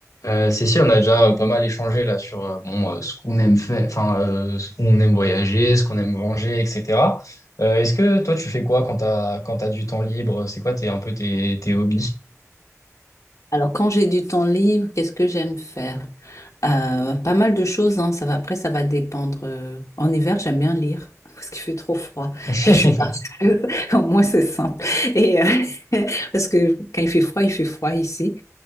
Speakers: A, on the left; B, on the left.
A: Euh, si, si, on a déjà euh, pas mal échangé là sur euh, bon, euh, ce qu'on aime faire, enfin, euh, ce qu'on aime voyager, ce qu'on aime manger, etc. Euh, est-ce que toi, tu fais quoi quand t'as quand t'as du temps libre? C'est quoi tes, un peu tes, tes hobbies?
B: Alors, quand j'ai du temps libre, qu'est-ce que j'aime faire? Euh, pas mal de choses, hein, ça va, après, ça va dépendre. euh, En hiver, j'aime bien lire <laughs> parce qu'il fait trop froid
A: <laughs>
B: et je suis pas. <laughs> Au moins, c'est simple. Et, euh, <laughs> parce que quand il fait froid, il fait froid ici.